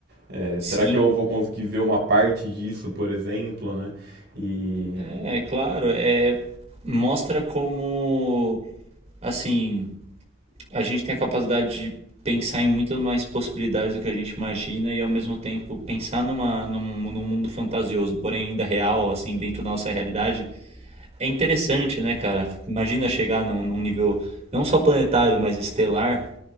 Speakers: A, on the right; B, on the right.
A: É,
B: Sim.
A: será que eu vou conseguir ver uma parte disso, por exemplo, né? E
B: É, claro, é, mostra como, assim, a gente tem a capacidade de pensar em muitas mais possibilidades do que a gente imagina e ao mesmo tempo pensar numa, num, num mundo fantasioso, porém ainda real, assim, dentro da nossa realidade. É interessante, né, cara? Imagina chegar num, num nível não só planetário, mas estelar.